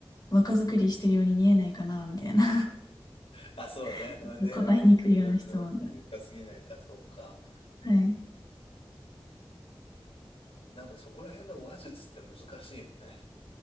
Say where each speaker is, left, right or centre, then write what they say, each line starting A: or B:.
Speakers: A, on the left (about 45°); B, on the left (about 80°).
A: 若作りしてるように見えないかな、みたいな
B: あ、そうね。
A: <laughs>
B: うん年齢に、
A: 答えにくいような質問が。
B: うん、うん、深すぎないか、そうか。
A: はい。
B: なんかそこら辺の話術って難しいよね。